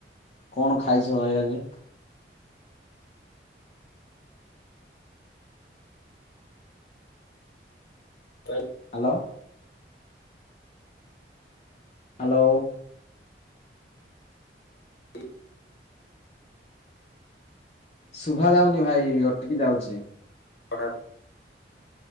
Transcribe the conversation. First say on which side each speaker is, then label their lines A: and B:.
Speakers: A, on the left; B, on the left.
A: କଣ ଖାଇଛ ଭାଇ ଆଜି?
B: ତ
A: ହ୍ୟାଲୋ। ହ୍ୟାଲୋ।
B: ଟିକେ
A: ଶୁଭା ଯାଉନି ଭାଇ ଅଟିକି ଯାଉଛି।
B: ପଢା